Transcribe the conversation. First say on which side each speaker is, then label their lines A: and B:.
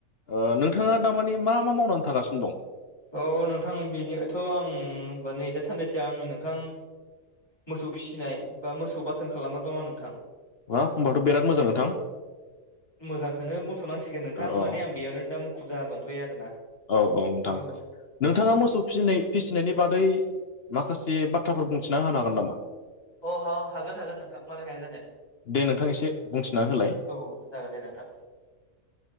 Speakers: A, on the left; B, on the left.
A: ओ नोंथाङा दामानि मा मा मावनानै थागासिनो दं?
B: औ नोंथां बिदिथ' आं नै दा सानैसो आङो नोंथां मोसौ फिसिनाय बा मोसौ बाथोन खालामना दङ आं नोंथां
A: हा होनोमबाथ' बिराद मोजां नोंथां
B: मोजांखौनो मथ'नांसिगोन नोंथां
A: औ औ
B: माने आं बेयावनो दा मुखुब जाना दंथ'यो आरोना
A: औ नोंथां
B: औ
A: नोंथाङा मोसौ फिनाय फिसिनायनि बादै माखासे बाथ्राफोर बुंथिना होनो हागोन नामा?
B: औाङ अ हागोन हागोन नोंथां मानो हाया जानो।
A: दे नोंथां एसे बुंथिना होलाय
B: औ जागोन दे नोंथां